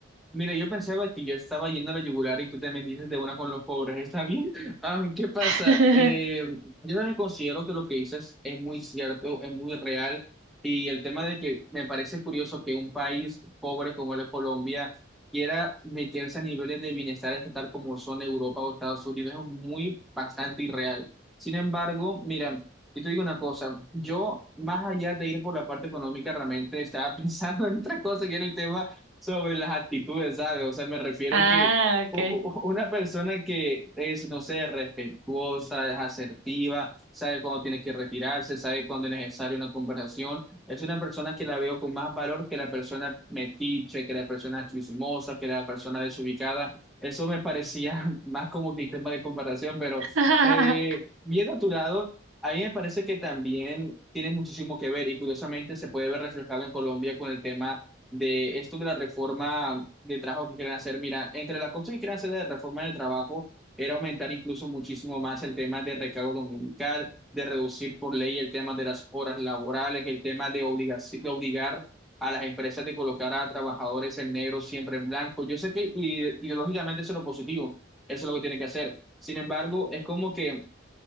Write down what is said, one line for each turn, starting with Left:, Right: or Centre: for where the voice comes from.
Centre: Mira, yo pensaba que yo estaba yendo a la yugular y tú te metiste de una con los pobres, ¿está bien? <laughs> Ah, ¿qué pasa?
Right: <laughs>
Centre: Eh, yo también considero que lo que dices es muy cierto, es muy real y el tema de que me parece curioso que un país pobre como es Colombia quiera meterse a niveles de bienestar estatal como son Europa o Estados Unidos es muy bastante irreal. Sin embargo, mira, yo te digo una cosa, yo más allá de ir por la parte económica realmente estaba <laughs> pensando en otra cosa que era el tema sobre las actitudes, ¿sabes? O sea, me refiero
Right: Ah,
Centre: que
Right: ok.
Centre: u- u- una persona que es, no sé, respetuosa, es asertiva, sabe cuándo tiene que retirarse, sabe cuándo es necesaria una conversación, es una persona que la veo con más valor que la persona metiche, que la persona chismosa, que la persona desubicada. Eso me parecía <laughs> más como que tema de conversación, pero
Right: <laughs>
Centre: eh, bien a tu lado. A mí me parece que también tiene muchísimo que ver y curiosamente se puede ver reflejado en Colombia con el tema de esto de la reforma de trabajo que quieren hacer. Mira, entre las cosas que quieren hacer de la reforma del trabajo era aumentar incluso muchísimo más el tema de recargo dominical, de reducir por ley el tema de las horas laborales, el tema de obligaci- de obligar a las empresas de colocar a trabajadores en negro siempre en blanco. Yo sé que ide- ideológicamente eso es lo positivo, eso es lo que tiene que hacer. Sin embargo, es como que